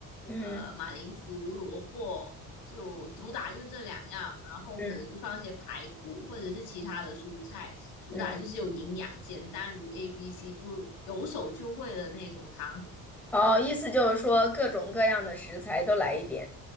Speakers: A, in the centre; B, on the left (about 80°).
A: 嗯
B: 呃，马铃薯、萝卜，就主打就这两样，然后可能就放一些排骨或者是其他的蔬菜，
A: 嗯
B: 主打就是有营养，
A: 嗯。
B: 简单如 A B C，就有手就会的那种汤。
A: 哦，意思就是说各种各样的食材都来一点，